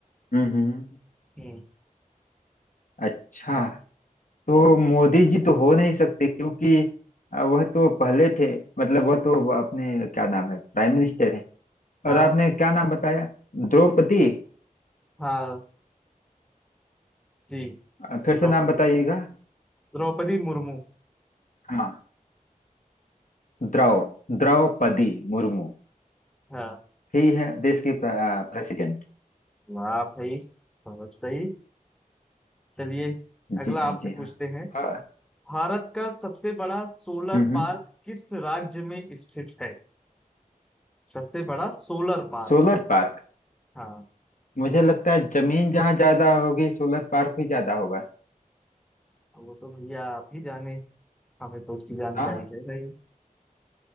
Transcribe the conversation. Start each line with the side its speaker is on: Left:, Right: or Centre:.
Left: हम्म हम्म। हम्म।
Centre: हम्म
Left: अच्छा तो
Centre: चाहिए
Left: मोदी जी तो हो नहीं सकते क्योंकि अ, वह तो पहले थे मतलब वह तो वो अपने क्या नाम है प्राइम मिनिस्टर हैं
Centre: हाँ
Left: और आपने क्या नाम बताया द्रौपदी
Centre: हाँ जी
Left: अ,
Centre: द्रौपदी
Left: फिर से नाम बताइएगा
Centre: द्रौपदी मुर्मू
Left: हाँ द्रौ द्रौपदी मुर्मू
Centre: हाँ
Left: ही है देश के प्रेसिडेंट
Centre: वाह भाई बहुत सही चलिए अगला
Left: जी हाँ
Centre: आपसे
Left: जी
Centre: पूछते
Left: हाँ
Centre: हैं भारत का सबसे बड़ा सोलर
Left: हम्म
Centre: पार्क
Left: हम्म।
Centre: किस राज्य में स्थित है सबसे बड़ा सोलर पार्क
Left: Solar park
Centre: हाँ
Left: मुझे लगता है जमीन जहाँ ज्यादा होगी सोलर पार्क भी ज्यादा होगा
Centre: वो तो भैया आप ही जाने हमें तो उसकी जानकारी
Left: ना
Centre: है नहीं